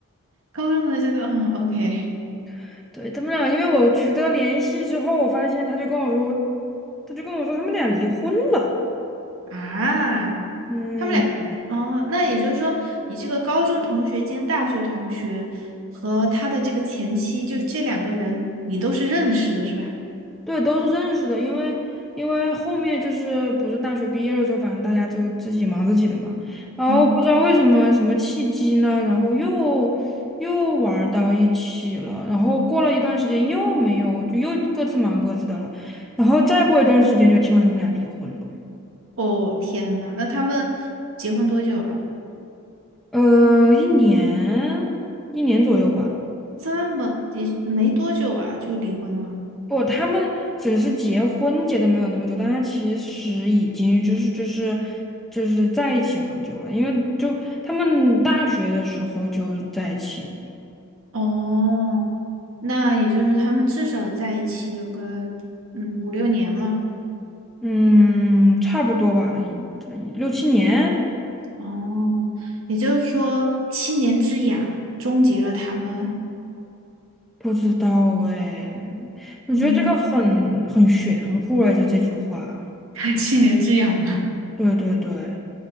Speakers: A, on the right (about 70°); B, in the centre.
A: 高中的这个，嗯，OK
B: <laughs> 对，他们俩，因为我取得联系之后，我发现他就跟我说，他就跟我说他们俩离婚了。
A: 啊，
B: 嗯。
A: 他们俩哦，那也就是说你这个高中同学兼大学同学和他的这个前妻，就是这两个人你都是认识的是吧？
B: 对，都是认识的，因为因为后面就是不是大学毕业了之后，反正大家就自己忙自己的嘛，然后不知道为什么什么契机呢，
A: 嗯。
B: 然后又又玩儿到一起了，然后过了一段时间又没有，就又各自忙各自的了，然后再过一段时间就听说他们俩离婚了，
A: 哦，天呐，那他们结婚多久了？
B: 呃，一年一年左右吧。
A: 这么也没多久啊，就离婚了。
B: 不，他们只是结婚结的没有那么久，但他其实已经就是就是就是在一起很久了，因为就他们大学的时候就在一起，
A: 哦，那也就是他们至少在一起有个嗯五六年了。
B: 嗯，差不多吧，一六七年，
A: 哦，也就是说七年之痒终结了他们，
B: 不知道哎，我觉得这个很很玄乎哎，
A: 嗯，
B: 就这句话，
A: <laughs> 七年之痒吧。
B: 对对对